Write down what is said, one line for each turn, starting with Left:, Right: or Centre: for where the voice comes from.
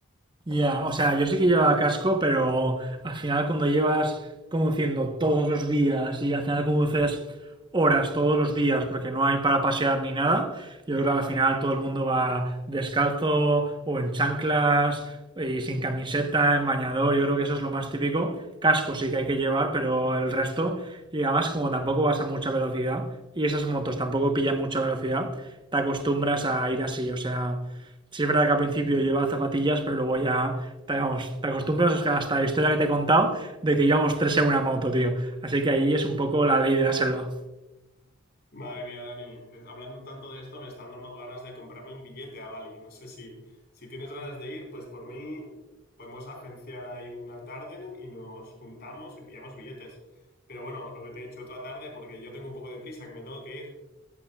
Right: Ya, o sea, yo sí que llevaba casco, pero al final cuando llevas conduciendo todos los días y al final conduces horas todos los días porque no hay para pasear ni nada, yo creo que al final todo el mundo va descalzo o en chanclas y sin camiseta, en bañador, yo creo que eso es lo más típico. Casco sí que hay que llevar, pero el resto, y además como tampoco vas a mucha velocidad y esas motos tampoco pillan mucha velocidad, te acostumbras a ir así, o sea, Sí, es verdad que al principio llevaba zapatillas, pero luego ya te, vamos, te acostumbras hasta la historia que te he contado de que íbamos tres en una moto, tío. Así que ahí es un poco la ley de la selva.
Left: Madre mía, Dani, eh, hablando tanto de esto me están dando ganas de comprarme un billete a Bali. No sé si, si tienes ganas de ir, pues por mí podemos agenciar ahí una tarde y nos juntamos y pillamos billetes. Pero bueno, lo que te he dicho otra tarde porque yo tengo un poco de prisa que me tengo que ir.